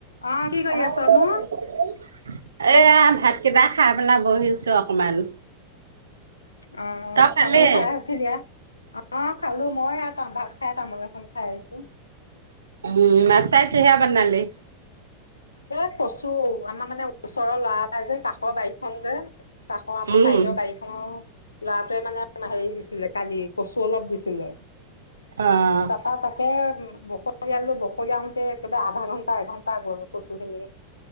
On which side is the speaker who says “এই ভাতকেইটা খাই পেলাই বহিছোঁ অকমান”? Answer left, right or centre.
Right